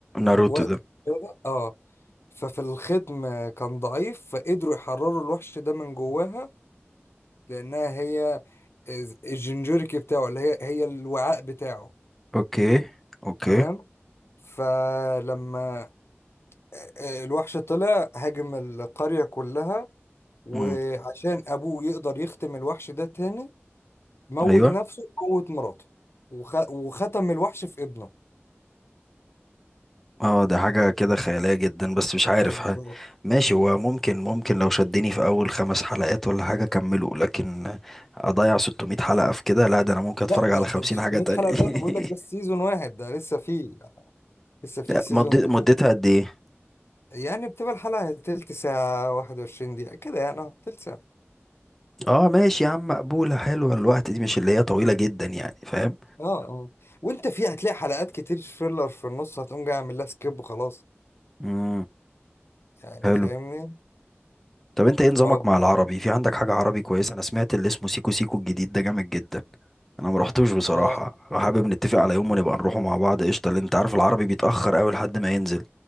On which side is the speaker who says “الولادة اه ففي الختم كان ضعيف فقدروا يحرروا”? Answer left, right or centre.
Left